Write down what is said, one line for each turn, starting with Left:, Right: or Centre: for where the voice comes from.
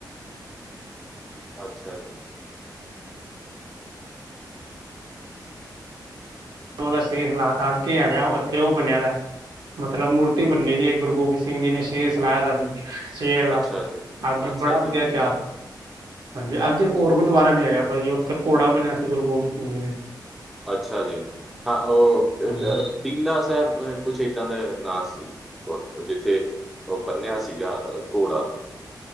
Centre: ਅੱਛਾ ਜੀ।
Right: ਉਹਦਾ ਸਹੀ ਹਲਾਤ ਅੱਗੇ ਹੈਗਾ ਉਹ ਉੱਥੇ ਉਹ ਬਣਿਆ ਦੈ। ਮਤਲਬ ਮੂਰਤੀ ਬੰਨੀ ਦੀ ਏ 'ਗੁਰੂ ਗੋਬਿੰਦ ਸਿੰਘ ਜੀ' ਨੇ ਸ਼ੇਰ ਸੁਲਾਇਆ ਦਾ ਸੀ। ਸੇ ਆਲਾ
Centre: ਅੱਛਾ ਜੀ,
Right: ਅੱਗੇ
Centre: ਅੱਛਾ
Right: ਬੜਾ
Centre: ਜੀ।
Right: ਵਦੀਆ ਇਤਹਾਸ ਹਾਂਜੀ, ਅੱਗੇ ਇੱਕ ਹੋਰ ਗੁਰਦੁਆਰਾ ਵੀ ਹੈਗਾ ਭਾਈ ਜੀ ਉੱਥੇ ਘੋੜਾ ਬੰਨਿਆਂ ਆ ਸੀ ਗੁਰੂ ਗੋਬਿੰਦ ਸਿੰਘ ਜੀ ਨੇ।
Centre: ਅੱਛਾ ਜੀ, ਹਾਂ ਉਹ
Right: ਹਾਂਜੀ
Centre: ਟੀਲਾ ਸੈਬ ਕੁਛ ਇੱਦਾਂ ਦਾ ਨਾ ਸੀ। <unintelligible> ਜਿੱਥੇ ਉਹ ਬੰਨਿਆ ਸੀਗਾ ਘੋੜਾ।